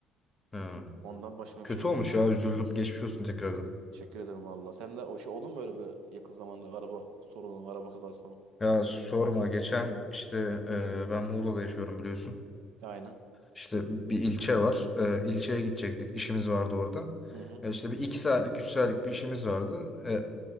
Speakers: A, on the left; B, on the right.
A: Ha.
B: Ondan başıma
A: Kötü
B: bir şey gelir.
A: olmuş ya üzüldüm. Geçmiş olsun tekrardan.
B: Teşekkür ederim valla. Sen de o şey oldu mu böyle bir yakın zamanda araba sorunu, araba kazası falan?
A: Ya sorma geçen işte e, ben Muğla'da yaşıyorum biliyorsun.
B: Aynen.
A: İşte bir ilçe var. E, ilçeye gidecektik. İşimiz vardı orada.
B: Hı hı.
A: Ya işte bir iki saatlik üç saatlik bir işimiz vardı. E,